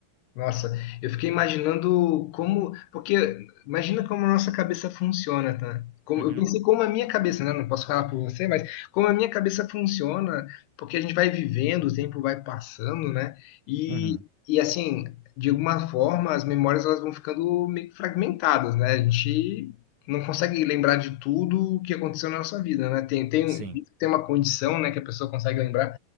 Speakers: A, on the left; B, on the right.
A: Nossa, eu fiquei imaginando como, porque imagina como a nossa cabeça funciona, tá? Como,
B: Uhum.
A: eu pensei como a minha cabeça, né? Não posso falar por você, mas como a minha cabeça funciona, porque a gente vai vivendo, o tempo vai passando, né? E,
B: Uhum.
A: e assim, de alguma forma, as memórias elas vão ficando meio que fragmentadas, né? A gente não consegue lembrar de tudo o que aconteceu na nossa vida, né? Tem, tem,
B: Sim,
A: tem uma condição, né, que a pessoa consegue lembrar